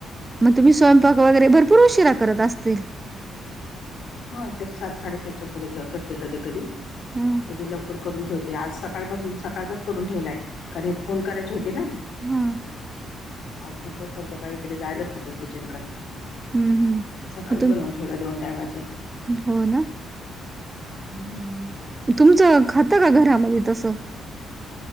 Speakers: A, on the right (about 20°); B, on the left (about 70°).
A: मग तुम्ही स्वयं क वगैरे भरपूर उशशीरा करत असतील
B: हा तर सात साडेसातच्या पुढे करते कधी कधी
A: ह ह
B: कधी लव क करून ठेवते आज सकाळपासून सकाळचाच करून ठेवलाय कारण हे फोन करायचे होते ना
A: हम्म
B: आज म्हटलं सध्याकाळी इकडे जायलाच नको किचन कडे
A: हम्म
B: सकाळीच
A: मग तुम
B: बनवून ठेवलं दोन टायमाचं
A: हो ना
B: हम्म
A: तुमचं खातं का घरामध्ये तसं